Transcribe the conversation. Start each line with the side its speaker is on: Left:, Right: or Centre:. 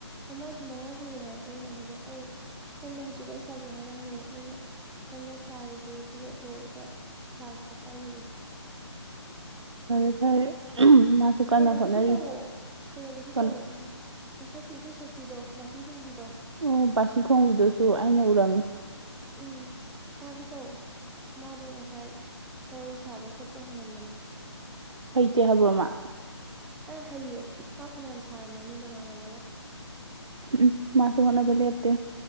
Centre: ꯃꯥꯏꯁꯨ ꯃꯉꯥ ꯁꯨꯔꯦ ꯍꯥꯏꯌꯦ ꯑꯩꯅ ꯍꯧꯖꯤꯛ ꯑꯩꯅ ꯅꯪꯗꯣ ꯍꯧꯖꯤꯛ ꯋꯥꯔꯤ ꯁꯥꯁꯦ ꯍꯥꯏꯔꯝꯃꯦ ꯑꯩꯅ ꯅꯪꯒꯥ ꯁꯥꯔꯤꯒꯦ ꯑꯗꯨꯒ ꯂꯣꯏꯔꯒ ꯁꯥꯁꯦ ꯍꯥꯏꯒꯤꯕꯅꯤ
Right: ꯐꯔꯦ ꯐꯔꯦ ꯎꯝ ꯃꯥꯁꯨ ꯀꯟꯅ
Centre: ꯀꯩꯅꯣꯗꯁꯨ
Right: ꯍꯣꯠꯅꯔꯤ
Centre: ꯇꯧꯑꯣ ꯀꯩꯅꯣꯗꯁꯨ
Right: ꯀꯩꯅꯣ
Centre: ꯇꯧꯑꯣ ꯎꯝ ꯃꯊꯛꯀꯤ ꯏꯁꯩ ꯁꯛꯄꯤꯗꯣ ꯕꯥꯁꯤ ꯈꯣꯡꯕꯤꯗꯣ
Right: ꯑꯣ ꯕꯥꯁꯤ ꯈꯣꯡꯕꯤꯗꯨꯁꯨ ꯑꯩꯅꯥ ꯎꯔꯝꯃꯤ
Centre: ꯎꯝ ꯃꯥꯁꯨ ꯇꯧ ꯃꯥꯗꯣ ꯉꯁꯥꯏ ꯋꯥꯔꯤ ꯁꯥꯕ ꯈꯣꯠꯄꯩ ꯍꯪꯉꯝꯕꯅꯦ
Right: ꯍꯩꯇꯦ ꯍꯥꯏꯕ꯭ꯔꯣ ꯃꯥ
Centre: ꯑ ꯍꯩꯌꯦ ꯃꯥ ꯐꯅꯌꯥꯝ ꯁꯥꯔꯝꯃꯅꯤ ꯃꯃꯥꯟꯅꯕꯒ
Right: ꯎꯝ ꯃꯥꯁꯨ ꯍꯣꯠꯅꯕ ꯂꯦꯞꯇꯦ